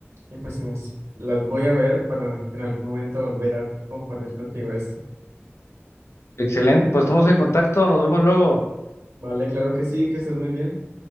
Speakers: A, on the right; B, on the left.
A: y pues en las las voy a ver para en algún momento volver a compartir contigo esto.
B: Excelente, pues estamos en contacto, nos vemos luego.
A: Vale, claro que sí, que estés muy bien.